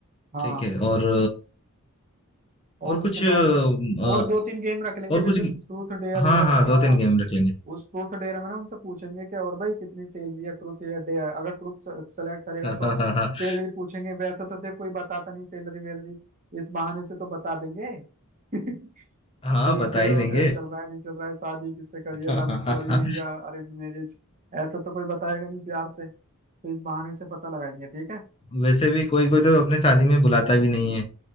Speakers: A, on the right; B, on the left.
A: हाँ
B: ठीक है और
A: और
B: और
A: उसके
B: कुछ
A: बाद
B: अ,
A: और दो तीन गेम रख लेंगे
B: और
A: जैसे
B: कुछ
A: ट्रूथ डेयर
B: हाँ
A: हो जाएगा
B: हाँ दो तीन गेम रख
A: उस ट्रूथ डेयर में ना उनसे पूछेंगे कि और भाई कितनी सैलरी है ट्रूथ या डेयर अगर ट्रूथ सेलेक्ट करेगा
B: लेंगे
A: तो
B: <laughs>
A: सैलरी पूछेंगे वैसे तो देख कोई बताता नहीं सैलरी वैलरी इस बहाने से तो बता देंगे <laughs>
B: हाँ
A: कोई
B: बता
A: अफेयर
B: ही
A: अफेयर
B: देंगे
A: चल रहा है नहीं चल रहा है शादी किससे करी
B: <laughs>
A: है लव स्टोरी
B: हाँ,
A: या अरेंज मैरिज ऐसा तो कोई बताएगा नहीं प्यार से तो इस बहाने से पता लगाएंगे ठीक है
B: वैसे भी कोई कोई तो अपने शादी में बुलाता भी नहीं है